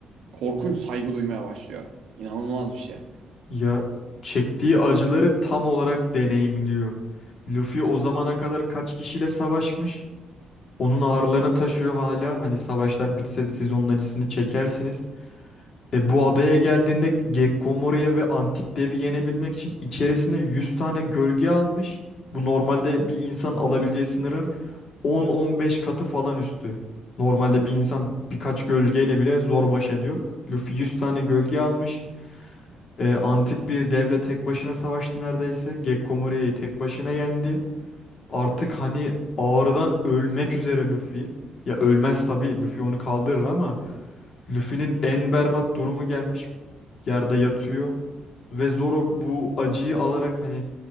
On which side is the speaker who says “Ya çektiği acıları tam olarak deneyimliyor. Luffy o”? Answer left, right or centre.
Left